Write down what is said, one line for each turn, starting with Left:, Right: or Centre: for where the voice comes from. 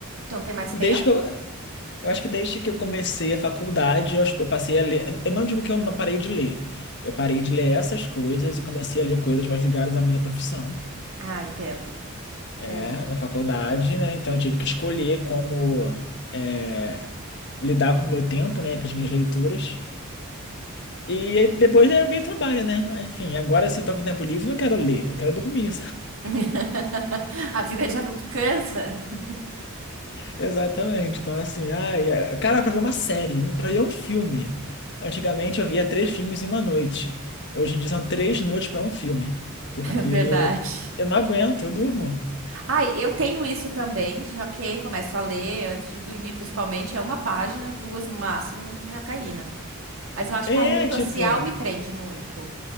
Right: Tu não tem mais
Left: Desde
Right: tempo?
Left: que eu, Eu acho que desde que eu comecei a faculdade, eu acho que eu passei a ler. Eu não digo que eu não parei de ler. Eu parei de ler essas coisas e comecei a ler coisas mais ligadas à minha profissão.
Right: Ah, entendo.
Left: É,
Right: É
Left: na faculdade, né? Então eu tive que escolher como é, lidar com o meu tempo, né? Com as minhas leituras. E aí depois é veio o trabalho, né? Aí, Enfim, agora se eu tô com tempo livre, eu não quero ler, eu quero dormir,
Right: <laughs> A vida de adulto cansa. <laughs>
Left: Exatamente. Então, assim, ai, é- cara, pra ver uma série, pra ver um filme. Antigamente eu via três filmes em uma noite. Hoje em dia são três noites pra um filme. Porque
Right: verdade.
Left: eu não aguento, eu durmo.
Right: Ai, eu tenho isso também, de ok, começo a ler antes de dormir, principalmente, é uma página, duas no máximo, já caí, né? Mas eu acho
Left: É,
Right: que a rede
Left: tipo,
Right: social me prende muito.